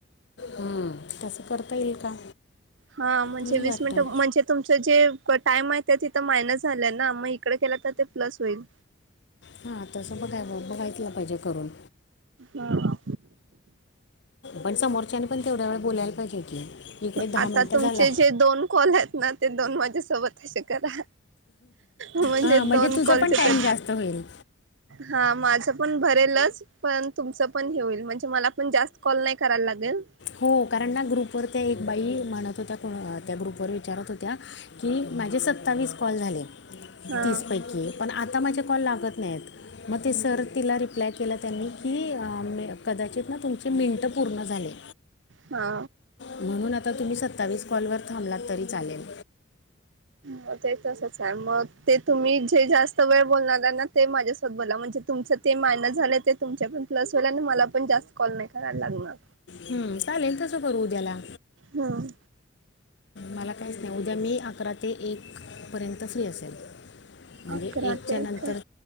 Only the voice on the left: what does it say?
हम्म तसं करता येईल का?
येईल
वाटतं
हा तसं बघाय बघायलाच पाहिजे करून
पण समोरच्याने पण तेवढ्या वेळ बोलायला पाहिजे की इकडे दहा
मिनटं
झाला
हां
तुझा
पण टाईम
जास्त होईल
हो कारण ना ग्रुपवर त्या एक बाई म्हणत होत्या त्या ग्रुपवर विचारत होत्या कि माझे सत्तावीस कॉल झाले
तीसपैकी पण आता माझे कॉल लागत नाहीत मग ते सर तिला रिप्लाय केला त्यांनी की अ कदाचित ना तुमची मिनटं पूर्ण झाले
म्हणून आता तुम्ही सत्तावीस कॉलवर थांबलात तरी चालेल
हम् चालेल तसं करू उद्याला
मला काहीच नाही उद्या मी अकरा ते एक पर्यंत फ्री असेल म्हणजे
एकच्या
नंतर